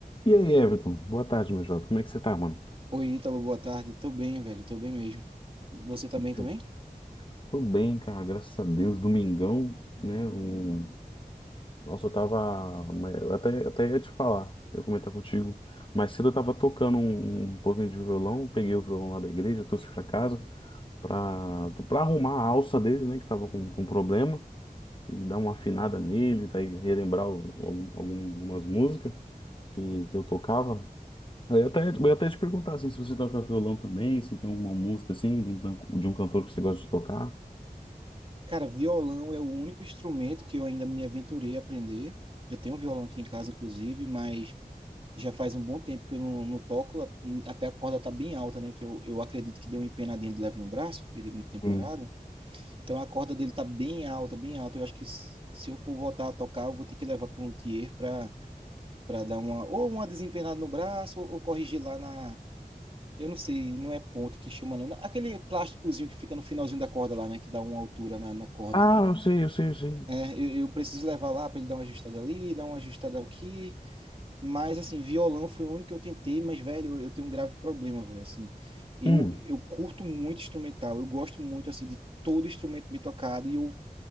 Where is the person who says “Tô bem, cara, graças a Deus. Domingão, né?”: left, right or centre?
Left